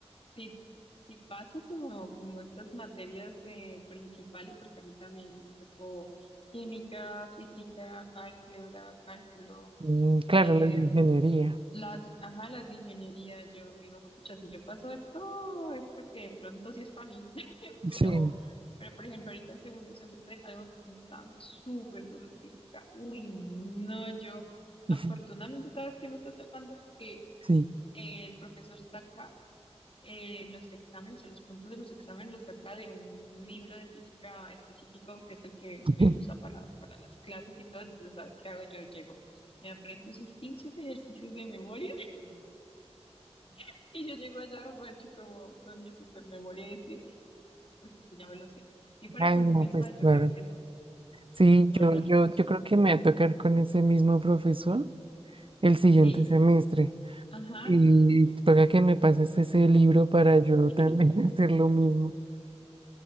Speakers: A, on the left (about 55°); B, on the right (about 50°).
A: si, si paso como, como estas materias eh, principales, porque a mí también me tocó química, física, álgebra, cálculo,
B: Mm, claro,
A: eh,
B: las de ingeniería.
A: las, ajá, las de ingeniería, yo digo, pucha, si yo paso esto, es porque de pronto sí es para mí. Pero,
B: Sí,
A: pero por ejemplo, ahorita en segundo semestre, algo que sí me está dando súper duro es física. Uy, no, yo, afortunadamente,
B: <laughs>
A: ¿sabes qué me está salvando? Que
B: sí.
A: eh, el profesor saca eh, los exámenes, o los puntos de los exámenes los saca de un libro de física específico, que es el que,
B: <laughs>
A: que él usa para, para las clases y todo. Entonces, ¿sabes qué hago? Yo llego, me aprendo esos pinches ejercicios de memoria <laughs> y yo llego allá, macho, como con mi super memoria y escribo, porque es que ya me lo sé. Si fuera
B: Ay,
A: por
B: no,
A: mí misma,
B: pues
A: yo
B: claro.
A: creo que no.
B: Sí,
A: no
B: yo,
A: los
B: yo,
A: resuelve.
B: yo creo que me va a tocar con ese mismo profesor el siguiente
A: Sí,
B: semestre.
A: ajá,
B: Y
A: sí.
B: toca que me pases ese libro para yo
A: <laughs>
B: también <laughs> hacer lo mismo.